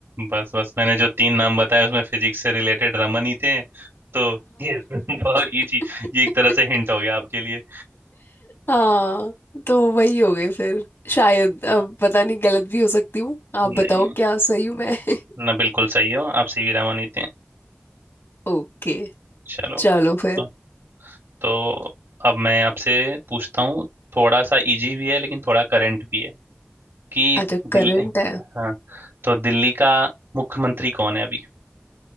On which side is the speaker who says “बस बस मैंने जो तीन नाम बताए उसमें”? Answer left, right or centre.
Right